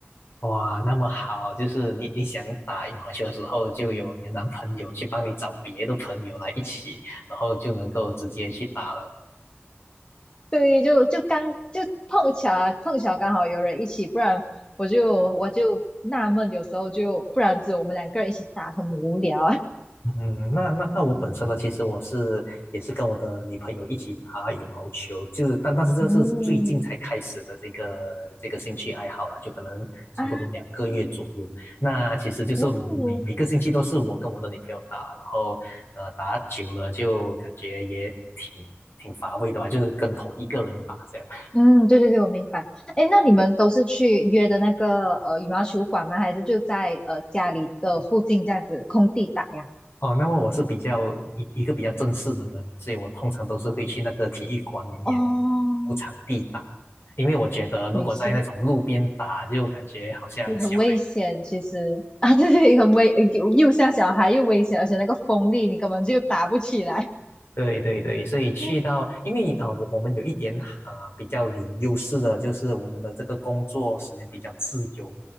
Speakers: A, on the left; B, on the left.
A: 哇，那么好，就是你你想打羽毛球的时候，就有你的男朋友去帮你找别的朋友来一起，然后就能够直接去打了。
B: 对，就就刚就碰巧啊，碰巧刚好有人一起，不然我就我就纳闷，有时候就不然只有我们两个人一起打很无聊啊。
A: 嗯，那那那我本身呢，其实我是也是跟我的女朋友一起打羽毛球，就是但但是这个是最近才开始的这个这个兴趣爱好了，
B: <laughs> 嗯
A: 就可能差不多两个月左右。
B: 啊，
A: 那其实就是每每个星期都是我跟我的女朋友打，
B: 哦，
A: 然后呃打久了就感觉也挺挺乏味的吧，就是跟同一个人打这样。
B: 嗯，对对对，我明白。哎，那你们都是去约的那个呃羽毛球馆吗？还是就在呃家里的附近这样子空地打呀？
A: 哦，那么我是比较一一个比较正式的人，所以我通常都是会去那个体育馆里面
B: 哦，
A: 租场地打的，因为我觉得如果在那种路边打，
B: 没事，
A: 就感觉好像小
B: 很危险，其实啊，对对，很危，又又像小孩又危险，而且那个风力你根本就打不起来。
A: 对对对，所以去到，
B: <laughs> 对
A: 因为啊、呃我我们有一点啊、呃比较有优势的，就是我们的这个工作时间比较自由，